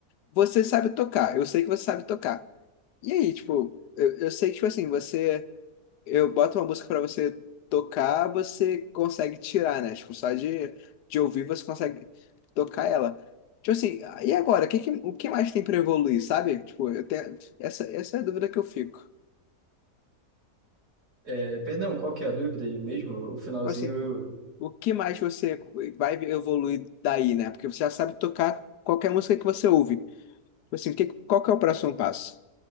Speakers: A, on the left; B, on the right.
A: você sabe tocar, eu sei que você sabe tocar. E aí, tipo, eu, eu sei que, tipo assim, você. Eu boto uma música pra você tocar, você consegue tirar, né? Tipo, só de, de ouvir você consegue tocar ela. Tipo assim, "Ah, e agora? O que, que- o que mais tem pra evoluir, sabe? Tipo, eu tenho. Essa, essa é a dúvida que eu fico.
B: É, perdão, qual que é a dúvida aí mesmo? O finalzinho
A: Tipo assim, o que mais você vai evoluir daí, né? Porque você já sabe tocar qualquer música que você ouve. Tipo assim, o que, qual que é o próximo passo?